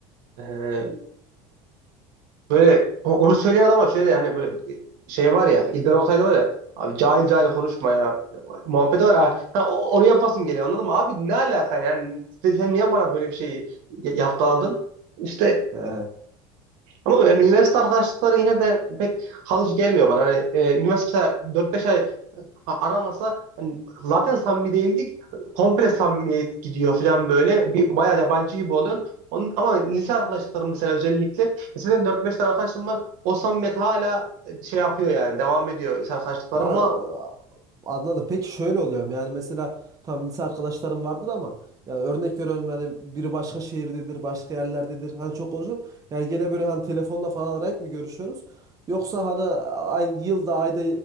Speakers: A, on the right; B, on the right.
A: Ee, böyle o- onu söyleyen ama şöyle hani böyle şey var ya İlber Ortaylı var ya abi cahil cahil konuşma ya Muhabbet var ya Ha, o- onu yapasım geliyor anladın mı? Abi ne alaka yani sen, sen niye bana böyle bir şeyi y- yaftaladın? İşte
B: Evet.
A: Ama yani üniversite arkadaşlıkları yine de pek kalıcı gelmiyor bana. Hani, e, üniversite mesela 4-5 ay a- aramasa hani zaten samimi değildik. Komple samimiyet gidiyor falan böyle. Bir bayağı yabancı gibi oluyorsun. Onun, ama lise arkadaşlıklarım mesela özellikle. Mesela dört beş tane arkadaşım var. O samimiyet hala e, şey yapıyor yani. Devam ediyor lise arkadaşlıklarımla.
B: Ya Anladım. Peki şöyle oluyor mu? Yani mesela tam lise arkadaşlarım vardır ama ya örnek veriyorum yani biri başka şehirdedir, başka yerlerdedir. Hani çok konuşuyorum. Yani gene böyle hani telefonla falan arayıp mı görüşüyorsunuz? Yoksa hani aynı yılda, ayda